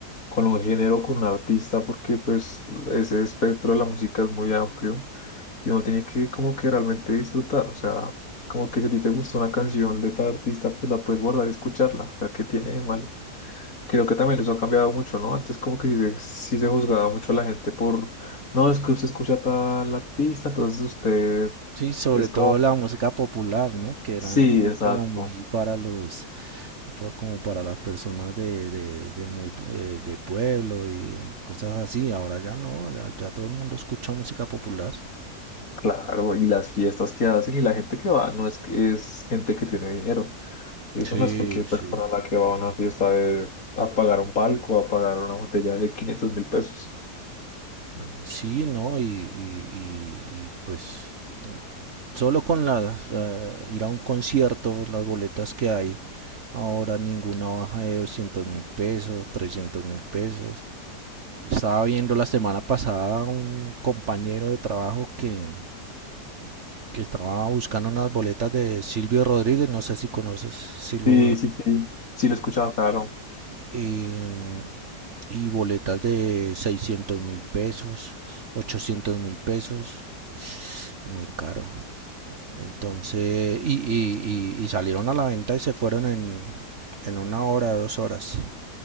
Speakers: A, on the left (about 55°); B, on the right (about 50°).
A: con un género, con un artista, porque pues ese espectro de la música es muy amplio y uno tiene que como que realmente disfrutar, o sea, como que si a ti te gustó una canción de tal artista, pues la puedes guardar y escucharla, o sea, ¿qué tiene de malo? Creo que también eso ha cambiado mucho, ¿no? Antes como que sí se, sí se juzgaba mucho a la gente por, no, es que usted escucha a tal artista, entonces usted
B: Sí, sobre
A: es
B: todo
A: como,
B: la música popular, ¿no? Que era
A: sí, exacto,
B: como muy para los pa- como para las personas de, de, de muy eh, de pueblo y cosas así. Ahora ya no, ya, ya todo el mundo escucha música popular.
A: claro, y las fiestas que hacen y la gente que va, no es que es gente que tiene dinero. Y eso
B: Sí,
A: no es cualquier persona
B: sí.
A: la que va a una fiesta de, a pagar un palco, a pagar una botella de 500 mil pesos. Mm.
B: Sí, no, y, y, y- y, pues solo con las, la- ir a un concierto, las boletas que hay, ahora ninguna baja de 200 mil pesos, 300 mil pesos. Estaba viendo la semana pasada un compañero de trabajo que que estaba buscando unas boletas de Silvio Rodríguez, no sé si conoces Silvio,
A: Sí, sí, sí, sí lo he escuchado, claro.
B: em, y boletas de 600 mil pesos, 800 mil pesos, muy caro. Entonces, y, y, y, y salieron a la venta y se fueron en, en una hora, dos horas.